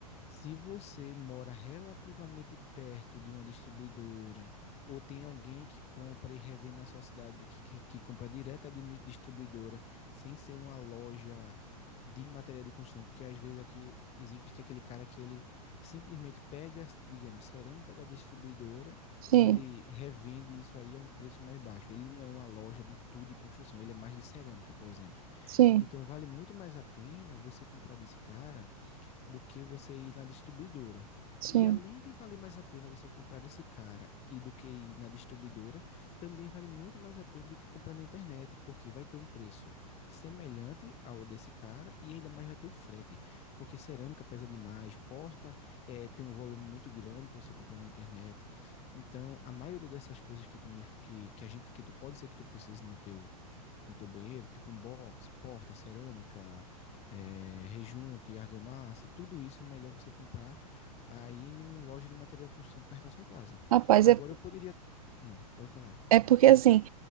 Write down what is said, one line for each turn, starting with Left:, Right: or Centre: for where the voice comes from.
Left: se você mora relativamente perto de uma distribuidora, ou tem alguém que compra e revende na sua cidade, que, que, que compra direto de uma distribuidora, sem ser uma loja de material de construção, porque às vezes aqui existe aquele cara que ele simplesmente pega, digamos, cerâmica da distribuidora
Right: Sim,
Left: e ele revende isso aí a um preço mais baixo. Ele não é uma loja de tudo de construção, ele é mais de cerâmica, por exemplo.
Right: sim,
Left: Então vale muito mais a pena você comprar desse cara do que você ir na distribuidora.
Right: sim.
Left: E além de valer mais a pena você comprar desse cara e do que ir na distribuidora, também vale muito mais a pena do que comprar na internet, porque vai ter um preço semelhante ao desse cara e ainda mais vai ter o frete, porque cerâmica pesa demais, porta eh, tem um volume muito grande para você comprar na internet. Então, a maioria dessas coisas que tu me, que, que a gente que tu pode ser que tu precise no teu no teu banheiro, tipo um box, porta, cerâmica, é, rejunte, argamassa, tudo isso é melhor você comprar aí numa loja de material de construção perto da sua casa.
Right: Rapaz,
Left: Agora
Right: é
Left: eu poderia. Hum, pode falar.
Right: É porque assim,